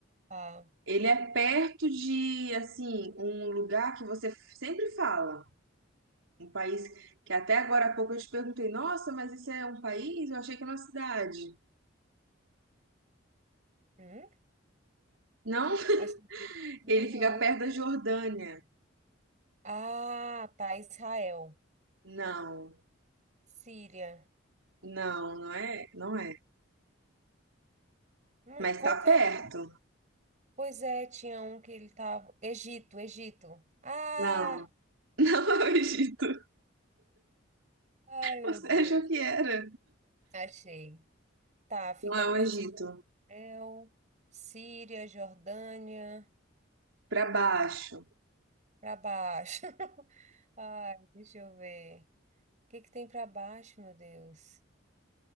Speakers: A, on the right; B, on the right.
A: Ah,
B: ele é perto de, assim, um lugar que você sempre fala. Um país que até agora há pouco eu te perguntei, nossa, mas isso é um país? Eu achei que era uma cidade.
A: hum?
B: Não, <laughs>
A: Acho que não.
B: ele fica perto da Jordânia.
A: Ah, tá. Israel.
B: Não,
A: Síria.
B: não, não é, não é.
A: Hum,
B: Mas
A: Qualquer.
B: tá perto?
A: Pois é, tinha um que ele tava. Egito, Egito. Ah!
B: Não, <laughs> não é o Egito.
A: Ai, meu
B: Você
A: Deus.
B: achou que era?
A: Achei. Tá, fica
B: Não é
A: perto
B: o Egito.
A: de Israel, Síria, Jordânia,
B: Pra baixo.
A: para baixo. <laughs> Ai, deixa eu ver. O que que tem para baixo, meu Deus?